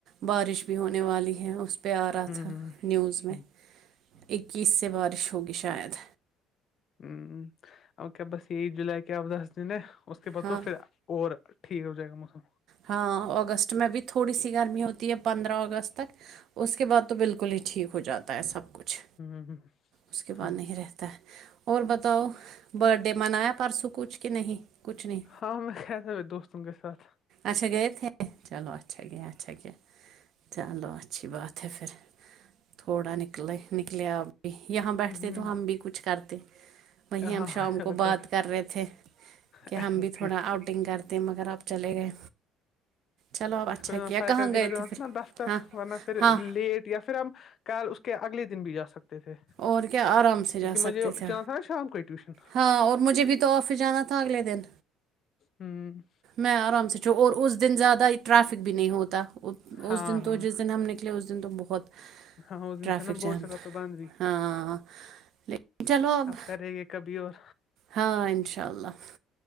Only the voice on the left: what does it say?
ہ
ہ
ہ اور کیا بس یہ جولائی کے اپ دس دن اس کے بعد
تو پھر اور ٹھیک ہو جائے گا موسم
ہوں ہ
ہاں
ہاں س دوستن کےات
ہوں
ہاں
ہوتا
تھا
اچھا
ٹھیک
اس کو جو ہے
ن فائ
کردی
کا جو
ہے ن
نا دفتر
ورنہ پھر
لیٹ یا پھر ہم کل اس کے اگلے دن بھی جا سکتے تھے کیونکہ
مجھے
جانا تھا نا شام کو ہی ٹیوشن
ہوں
ہاں
ہاں
ہاں اس دن
سے نا بہت
جگہ پہ بند بھی
آپ کرہ رہے کبھی اور